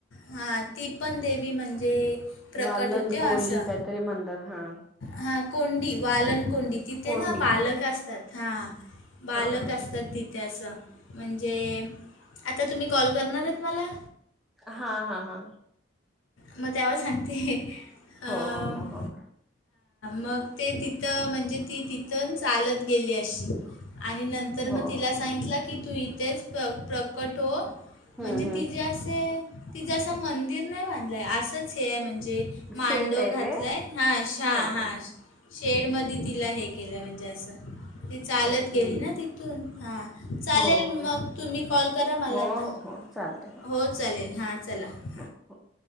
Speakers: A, on the left; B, in the centre.
A: हा ती पण देवी म्हणजे प्रकट
B: वालन
A: होते असं.
B: कोली काहीतरी म्हणतात हा
A: हा कोंडी वालन कोंडी तिथे
B: कोंडी
A: ना बालक असतात हा. बालक
B: हा हा
A: असतात
B: हा
A: तिथे असं म्हणजे आता तुम्ही कॉल करणार आहेत मला?
B: हा हा हा.
A: मग त्यावर सांगते. अं,
B: हो हो हो हो
A: मग ते तिथं म्हणजे ती तिथं चालत गेली अशी आणि नंतर तर
B: हो
A: मग तिला
B: हो
A: सांगितलं की तू इथेच प्र प्रकट हो
B: हम्म
A: म्हणजे
B: हम्म
A: तिजे असे तिज असं मंदिर नाही बांधलाय असच हे म्हणजे मांडव
B: शेळ टाईप
A: घातलाय
B: आहे
A: हा अशा
B: हा
A: हाशा
B: हा
A: शेड मध्ये तिला हे केलं म्हणजे असं ती चालत
B: ओके
A: गेली ना तिथून हा. चालेल
B: हो
A: मग
B: हो
A: तुम्ही कॉल करा मला
B: हो
A: आता
B: हो हो चालतय
A: हो चालेल हा चला.
B: हो हो <unintelligible>